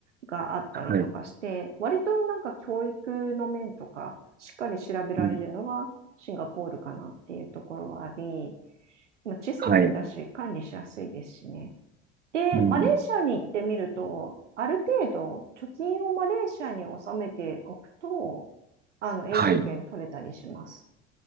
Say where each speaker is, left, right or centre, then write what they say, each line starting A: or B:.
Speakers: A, on the right; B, on the right.
A: があったりとかして、
B: はい、
A: 割となんか教育の面とか、しっかり調べられるのはシンガポールかなっていうところはあり、
B: うん、
A: まあ、小さい国だし管理しやすいですしね。
B: はい、
A: で、
B: うん、
A: マレーシアに行ってみると、ある程度貯金をマレーシアに納めておくと、あの永住権取れたりします。
B: はい。